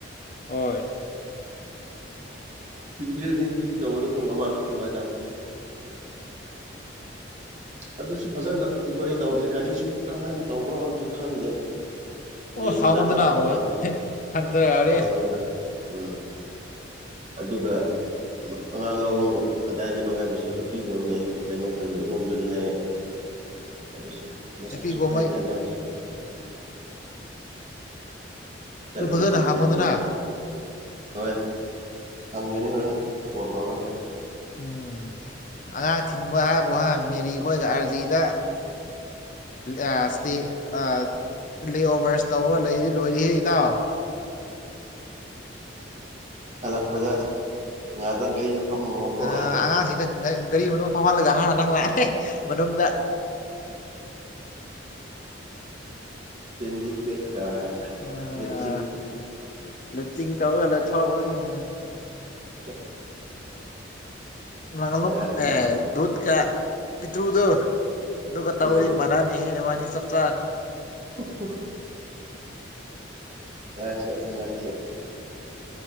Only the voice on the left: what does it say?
ꯍꯣꯏ
ꯑꯣ
ꯍꯥꯡꯉꯣꯟꯗꯅ
ꯍꯣꯏ
ꯍꯪꯗ꯭ꯔ ꯌꯥꯎꯔꯦ
ꯅꯨꯄꯤꯒꯣꯃꯩ
<unintelligible>
ꯑꯗꯨ ꯐꯖꯅ
ꯍꯪꯉꯣꯗꯅ
ꯎꯝ ꯑꯉꯥꯡ ꯊꯤꯟꯕ ꯍꯥꯏꯕꯨ ꯍꯥꯏ ꯃꯦꯔꯤ ꯈꯣꯏꯒ ꯑꯥꯔꯖꯤꯗ ꯑꯥ ꯏꯁꯇ‌ꯦ ꯑꯥ ꯂꯦꯑꯣꯚꯔꯁ ꯇꯧꯕ ꯂꯩꯌ‌ꯦ ꯂꯣꯏꯔ‌ꯦꯍꯦ ꯏꯇꯥꯎ
ꯑꯥ ꯑꯉꯥꯡꯁꯤꯡꯗ ꯉꯥ- ꯒꯥꯔꯤ ꯃꯅꯨꯡ ꯐꯥꯎꯍꯜꯂꯒ ꯍꯥ ꯅꯪꯅ ꯃꯅꯨꯡꯗ
ꯑꯥ
ꯂꯤꯞꯇꯤꯡ ꯇꯧꯔꯒꯂ ꯊꫭꯔꯛꯄꯅꯤꯅꯦ
ꯅꯒꯥꯂꯨꯡ
ꯑꯦ ꯗꯨꯠꯀ ꯄꯤꯠꯇ꯭ꯔꯨꯗꯣ ꯑꯗꯨꯒ ꯇꯧꯋꯌꯦ
ꯃꯥ ꯅꯅꯤꯍꯦ ꯅꯕꯥꯅꯤ ꯆꯞ ꯆꯥꯔꯅꯤ